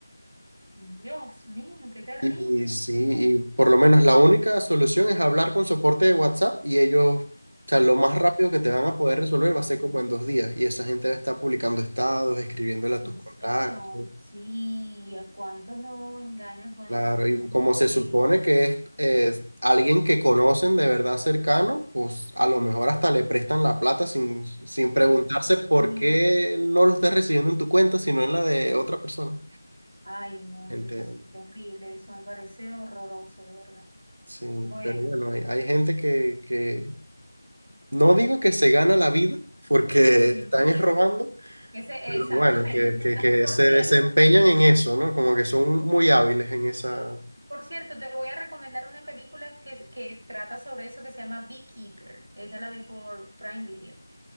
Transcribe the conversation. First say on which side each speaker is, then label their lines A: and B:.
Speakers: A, on the right; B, on the right.
A: Dios mío, qué terrible
B: Y sí,
A: eso.
B: y por lo menos la única solución es hablar con soporte de WhatsApp y ellos, o sea, lo más rápido que te van
A: Ah,
B: a poder resolver
A: no.
B: va a ser como en dos días. Y esa gente va a estar publicando estados, escribiéndole a
A: Sí,
B: tus
A: señor.
B: contactos.
A: Sí, ¿a cuántos no engañan con
B: Claro,
A: eso?
B: y
A: Ay,
B: como
A: qué
B: se
A: horrible.
B: supone que es, es alguien que conocen de verdad cercano, pues a lo mejor hasta le prestan la plata sin, sin
A: Dios
B: preguntarse
A: mío.
B: por qué no lo estás recibiendo en tu cuenta, sino en la de otra persona.
A: Ay, no,
B: Gente,
A: Dios, qué terrible. Eso me parece horroroso, de verdad.
B: sí,
A: Bueno.
B: pero bueno, hay, hay gente que, que no digo que se gana la vida porque
A: Ujú.
B: están es robando,
A: Ese,
B: pero
A: exactamente.
B: bueno, que,
A: yo
B: que,
A: ta-
B: que
A: Por
B: se
A: cierto,
B: desempeñan en eso, ¿no? Como que son muy hábiles en esa...
A: por cierto, te voy a recomendar una película que, es- que es- trata sobre eso que se llama Beekeeper. Esa la vi por Prime Video.